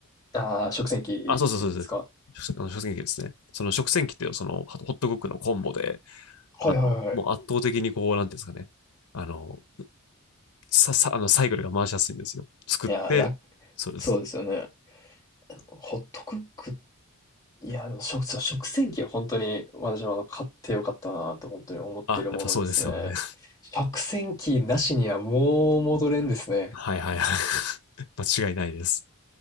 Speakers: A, on the left (about 15°); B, on the left (about 85°).
A: ああ、食洗機ですか
B: あ、そうそうそうそう。食あの食洗機ですね。その食洗機ってそのホットクックのコンボで、あの、
A: はいはいはい。
B: もう圧倒的にこう、なんていうんですかね。あの、さ、さ、あの、サイクルが回しやすいんですよ。作って、
A: いやー、楽、
B: そうです。
A: そうですよね。ホットクック、いやー、でも食、そう食洗機は本当に私もあの買ってよかったなと本当に思ってるものですね。
B: あ、やっぱそうですよね。
A: 食洗機なしにはもう戻れんですね。
B: <laughs> はいはいはい。<laughs> 間違いないです。